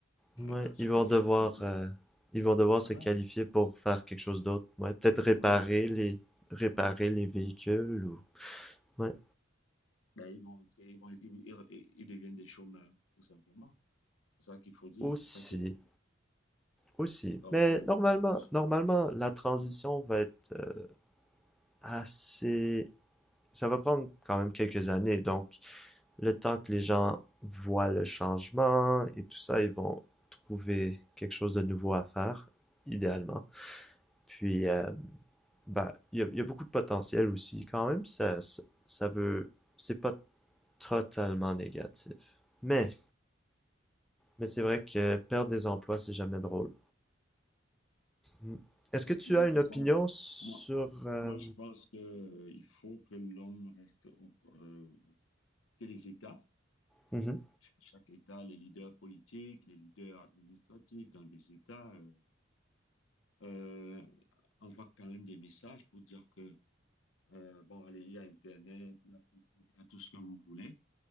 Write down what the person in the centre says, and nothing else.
Ouais,
ils
vont
devoir,
euh,
ils vont devoir se
qualifier pour faire quelque chose d'autre. Ouais, peut-être réparer
les, réparer
les véhicules ou, ouais,
aussi,
aussi.
Mais
normalement,
normalement, la transition va être euh, assez, ça va prendre quand même quelques années. Donc, le temps que les gens voient le changement et tout ça, ils vont trouver quelque chose de nouveau à faire, idéalement. Puis, euh, Bah, il y a, il y a beaucoup de potentiel aussi, quand même. Ça, ça, ça veut. C'est pas totalement négatif. Mais, mais c'est vrai que perdre des emplois, c'est jamais drôle. Mm. Est-ce
que tu
as
une
opinion sur.
euh,
mhm,